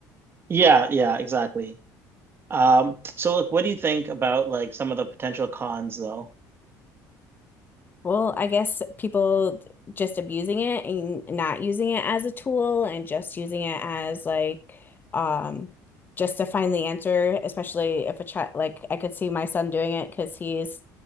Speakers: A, on the right; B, on the left.
A: Yeah, yeah, exactly. Um, so like what do you think about like some of the potential cons though?
B: Well, I guess people just abusing it and not using it as a tool and just using it as like um just to find the answer, especially if a child like I could see my son doing it because he's